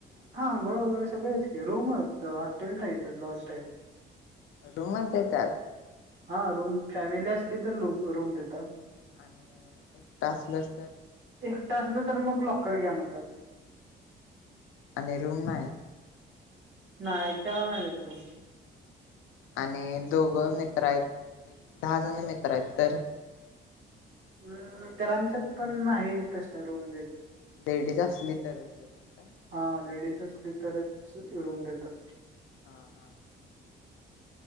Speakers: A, on the right (about 70°); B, on the left (about 80°).
A: हा आंघोळ वगैरे सगळेच रूमच हॉटेल टाईप लॉज टाईप
B: रूमच देतात
A: हा रूम फॅमिली असली तर रूम देतात
B: आणि एक तास लस तर
A: एकटा असलं तर मग लॉकर घ्या म्हणतात
B: आणि रूम नाही.
A: नाही <unintelligible> रुम
B: आणि दोघं मित्र आहेत दहा जण मित्र आहेत तर
A: हम्म मित्रांच्यात पण नाही तस्या रूम देत.
B: लेडीज असली तरच देतात काय?
A: हा लेडीज असली तरच रूम देतात.
B: हा हा